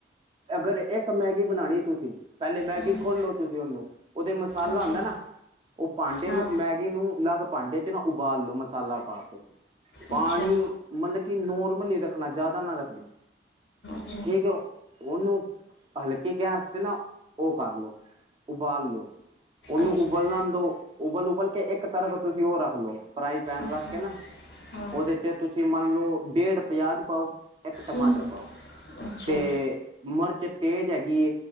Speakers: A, on the right; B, on the left.
A: ਅਗਰ ਇੱਕ ਮੈਗੀ ਬਣਾਉਣੀ ਤੁਸੀਂ ਪਹਿਲੇ ਮੈਗੀ
B: ਹਮ,
A: ਖੋਲੋ, ਤੁਸੀਂ ਉਹਨੂੰ ਉਹਦੇ ਮਸਾਲਾ
B: ਅੱਛਾ
A: ਹੁੰਦਾ ਨਾ, ਉਹ ਭਾਂਡੇ
B: ਹਾਂ
A: ਨੂੰ ਮੈ ਇ ਨੂੰ ਅਲੱਗ ਭਾਂਡੇ ਚ' ਨਾ ਉਬਾਲ ਲੋ। ਮਸਾਲਾ ਪਾ ਕੇ, ਪਾਣੀ
B: ਅੱਛਾ
A: ਮਤਲਬ ਕਿ ਨੋਰਮਲ ਹੀ ਰੱਖਣਾ ਜ਼ਿਆਦਾ ਨਾ ਰੱਖਣਾ।
B: ਹੂ
A: ਠੀਕ ਹੋ। ਉਹਨੂੰ ਹਲਕੇ ਗੈਸ ਤੇ ਨਾ ਉਹ ਕਰ ਲੋ, ਉਬਾਲ ਲੋ। ਉਹਨੂੰ
B: ਅੱਛਾ
A: ਉਬਲ ਨਾ ਦੋ। ਉਬਲ-ਉਬਲ ਕੇ ਇੱਕ ਤਰਫ ਤੁਸੀਂ ਉਹ ਰੱਖ ਲੋ‌ ਫਈ ਪੈਨ
B: ਅੱਛਾ
A: ਰੱਖ ਕੇ ਨਾ।
B: ਹਾਂ
A: ਉਹਦੇ ਚ- ਤੁਸੀਂ ਮੰਨ ਲਓ ਡੇਢ ਪਿਆਜ਼ ਪਾਓ, ਇੱਕ ਟਮਾਟਰ
B: ਹਮ, ਅੱਛਾ
A: ਤੇ ਮਿਰਚ ਤੇਜ਼ ਹੈਗੀ